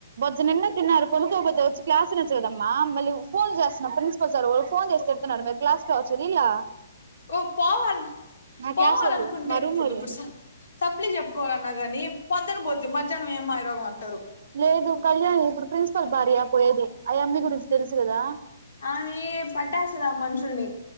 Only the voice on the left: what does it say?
ఓ పోవాల పోవాలనుకుంటే
ఇప్పుడు ఇప్పుడు సప్లి చెప్పుకోవాలన్నా కాని పంధన పో ద్ది మధ్యాహనం ఏంమారోగం అంటారు
ఆమె పట్టేస్తది ఆ మనుషుల్ని